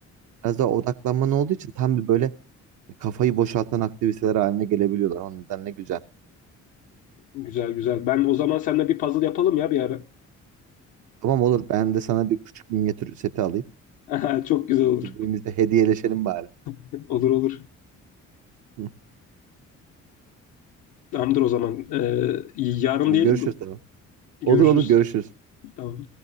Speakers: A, on the right (about 75°); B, on the left (about 80°).
A: biraz daha odaklanman olduğu için tam bir böyle kafayı boşaltan aktiviteler haline gelebiliyorlar. O yüzden ne güzel.
B: Güzel güzel. Ben o zaman seninle bir puzzle yapalım ya bir ara.
A: Tamam olur ben de sana bir küçük minyatür seti alayım.
B: <laughs> Çok güzel olur.
A: Birbirimizle hediyeleşelim bari.
B: <laughs> Olur olur.
A: <laughs>
B: Tamamdır o zaman. Ee, yarın
A: Görüşürüz
B: diyelim mi?
A: tamam.
B: Görüşürüz.
A: Olur olur görüşürüz.
B: Tamam.